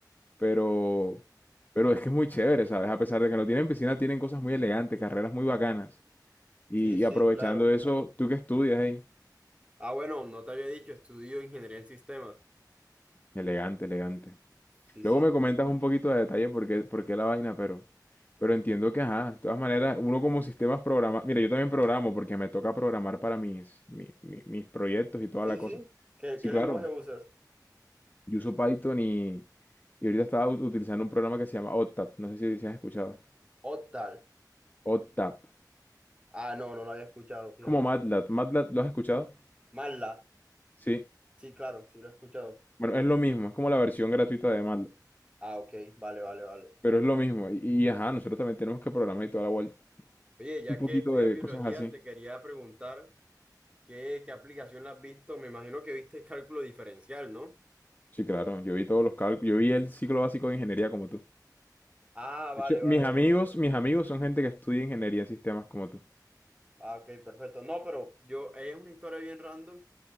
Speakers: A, on the left; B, on the right.
A: Pero, pero es que es muy chévere, ¿sabes? A pesar de que no tienen piscina, tienen cosas muy elegantes, carreras muy bacanas. Y,
B: Sí,
A: y
B: sí,
A: aprovechando
B: claro.
A: eso, ¿tú qué estudias ahí?
B: Ah, bueno, no te había dicho, estudio ingeniería en sistemas.
A: Elegante, elegante.
B: Sí,
A: Luego
B: sí.
A: me comentas un poquito de detalle por qué, por qué la vaina, pero, pero entiendo que, ajá, de todas maneras, uno como sistemas programa, mira, yo también programo porque me toca programar para mis, mi- mi- mis proyectos y toda
B: Sí,
A: la cosa.
B: sí. ¿Qué,
A: Sí,
B: qué
A: claro,
B: lenguaje usas?
A: yo uso Python y, y ahorita estaba u- utilizando un programa que se llama OTAP, no sé si, si has escuchado.
B: Octal.
A: OTAP, es
B: Ah, no, no lo había escuchado, fíjate.
A: como MATLAB, ¿MATLAB lo has escuchado?
B: MATLAB.
A: Sí,
B: Sí, claro, sí lo he escuchado.
A: bueno, es lo mismo, es como la versión gratuita de MATLAB,
B: Ah, ok, vale, vale, vale.
A: pero es lo mismo, y, y ajá, nosotros también tenemos que programar y toda la vuelta.
B: Oye, ya
A: Un poquito
B: que estudias
A: de
B: biología,
A: cosas así.
B: te quería preguntar qué, qué aplicación la has visto. Me imagino que viste el cálculo diferencial, ¿no?
A: Sí, claro, yo vi todos los cálculos, yo vi el ciclo básico de ingeniería como tú.
B: Ah, vale,
A: De hecho,
B: vale,
A: mis amigos,
B: vale.
A: mis amigos son gente que estudia ingeniería en sistemas como tú.
B: Ah, ok, perfecto. No, pero yo, es una historia bien random.